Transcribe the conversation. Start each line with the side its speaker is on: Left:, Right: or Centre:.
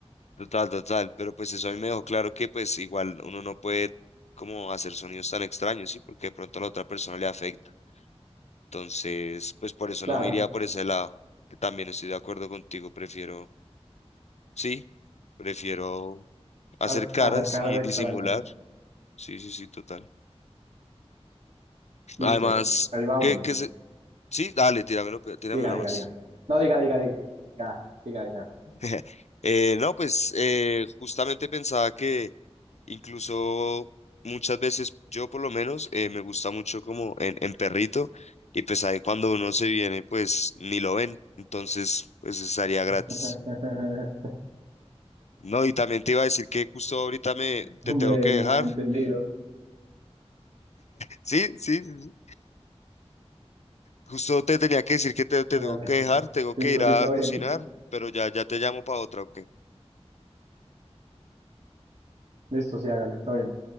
Left: Total, total, pero pues eso a mí me dejó claro que pues igual uno no puede como hacer sonidos tan extraños, ¿sí? Porque de pronto a la otra persona le afecta. Entonces, pues por eso
Right: Claro,
Left: no me iría por ese lado, que también estoy de acuerdo contigo, prefiero, sí, prefiero hacer
Right: a-
Left: caras
Right: hacer caras
Left: y
Right: extrañas.
Left: disimular. Sí, sí, sí, total.
Right: Listo,
Left: Además,
Right: ahí va
Left: que,
Right: una.
Left: que se... sí, dale, tíramelo, pe- tírame
Right: Diga,
Left: una más.
Right: diga, diga. No, diga, diga, diga. Diga, diga.
Left: <laughs> Eh, no, pues eh, justamente pensaba que Incluso muchas veces, yo por lo menos, eh, me gusta mucho como en, en perrito y pues ahí cuando uno se viene, pues ni lo ven, entonces pues estaría gratis.
Right: <laughs>
Left: No, y también te iba a decir que justo ahorita me te
Right: Hombre,
Left: tengo que dejar.
Right: ya, entendido.
Left: <laughs> Sí, sí, sí, sí. Justo te tenía que decir que te, te
Right: Hágale.
Left: tengo que dejar, tengo que
Right: Listo,
Left: ir
Right: sí,
Left: a
Right: todo
Left: cocinar,
Right: bien.
Left: pero ya, ya te llamo para otra, ¿ok?
Right: Listo, sí, hágale, todo bien.